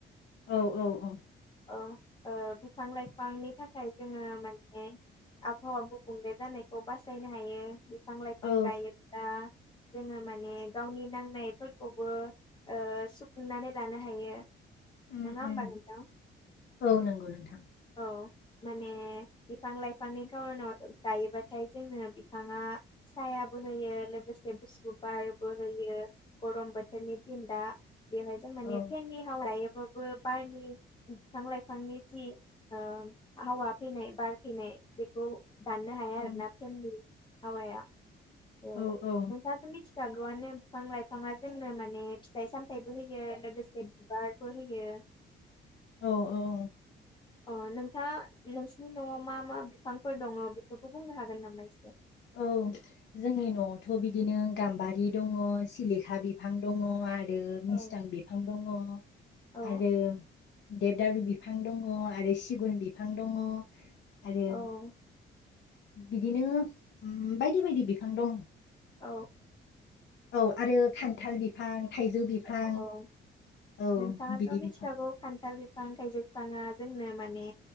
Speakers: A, on the left (about 65°); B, on the left (about 25°).
A: औ औ औ
B: औ ओ बिफां लाइफांनि थाखाय जोङो माने आबहावा गुबुंले जानायखौ बासायनो हायो बिफां लाइफां
A: औ
B: गायोब्ला जोङो माने गावनि नांनायफोरखौबो ओ सुफुंनानै जानो हायो
A: उम
B: नङा होमबा
A: उम
B: नोंथां
A: औ नंगौ नोंथां
B: औ माने बिफां लाइफांनि खार'नाव दायोबाथाय जोङो बिफाङा सायाबो होयो लोगोसे गुसु बारबो होयो गरम बोथोरनि दिन दा बेहाय जों माने
A: औ
B: फेननि हावा बो बारनि बिफां लाइफांनि जि ओ हावा फैनाय बार फैनाय। बेखौ, दाननो हाया
A: औ
B: आरोना फेननि हावाया त'
A: औ औ
B: नोंथाङाथ' मिथि <unintelligible> गौआनो बिफां लाइफाङा जोंनो माने फिथाइ सामथाइबो होयो लोगोसे बिबार बो होयो
A: औ औ
B: अ नोंथाङा नोंसिनि न'आव मा मा बिफांफोर दङ बेफोरखौ बुंनो हागोन नामा एसे?
A: औ जोंनि न'आवथ' बिदिनो गाम्बारि दङ सिलिखा बिफां दङ आरो
B: औ
A: मिस्थां बिफां दङ।
B: औ
A: आरो देबदारु बिफां दङ आरो सिगुन बिफां दङ आरो।
B: औ
A: बिदिनो उम बायदि बायदि बिफां दं।
B: औ
A: औ आरो खान्थाल बिफां थाइजौ बिफां
B: औ औ
A: औ
B: नोंथाङाथ'
A: बिदि
B: मिथिखागौ
A: बिफां
B: खान्थाल बिफां थाइजौ बिफांङा जोंनो माने